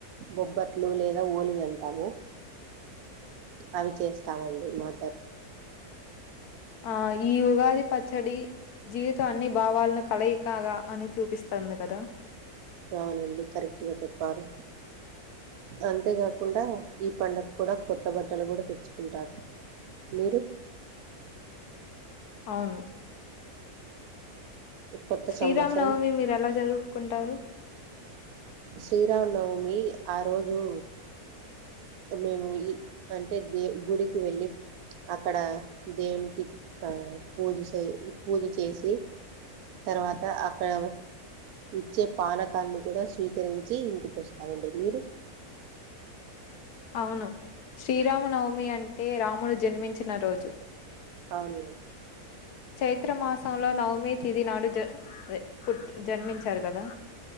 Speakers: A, on the right; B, on the left.
A: బొబ్బట్లు లేదా ఓలిగి అంటాము అవి చేస్తామండి మాతరు
B: ఆ ఈ ఉగాది పచ్చడి జీవితం అన్ని భావాలను కలయికగా అని చూపిస్తంది కదా
A: అవునండి కరెక్ట్గా చెప్పారు అంతేకాకుండా ఈ పండగ కూడా కొత్త బట్టలు కూడా తెచ్చుకుంటారు. మీరు
B: అవును
A: కొత్త
B: శ్రీరామ
A: సంవత్సరం
B: నవమి మీరు ఎలా జరుపుకుంటారు?
A: శ్రీరామనవమి ఆ రోజు మేము ఈ అంటే దే గుడికి వెళ్ళి అక్కడ దేవునికి ఆ పూజ చె పూజ చేసి తర్వాత అక్కడ ఇచ్చే పానకాన్ని కూడా స్వీకరించి ఇంటికి వస్తామండి మీరు
B: అవును శ్రీరామ నవమి అం అంటే రాముడు జన్మించిన రోజు
A: అవునే
B: చైత్ర మాసంలో నవమి తిథి నాడు జ పుట్ జన్మించారు కదా